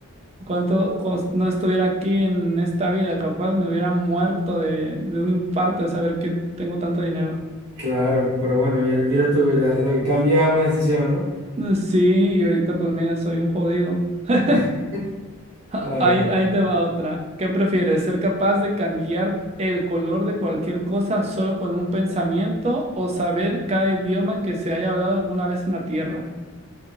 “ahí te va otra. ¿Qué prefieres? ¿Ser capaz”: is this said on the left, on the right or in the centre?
Right